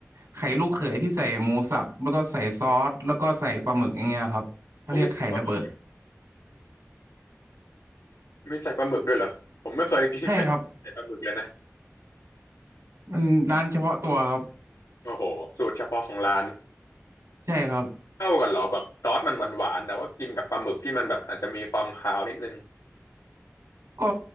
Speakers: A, on the right; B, on the left.
A: ไข่ลูกเขยที่ใส่หมูสับแล้วก็ใส่ซอสแล้วก็ใส่ปลาหมึกอย่างเงี้ยครับเขาเรียกไข่ระเบิด
B: ต้องมีใส่ปลาหมึกด้วยมีใส่ปลาหมึกด้วยเหรอผมไม่เคยกินไข่ใส่ปลาหมึกเลยนะ
A: ใช่ครับมันร้านเฉพาะตัวครับ
B: โอ้โหสูตรเฉพาะของร้าน
A: ใช่ครับ
B: เข้ากันเหรอแบบซอสมันหวานๆแต่ว่ากินกับปลาหมึกที่มันแบบอาจจะมีความคาวนิดนึง
A: ก็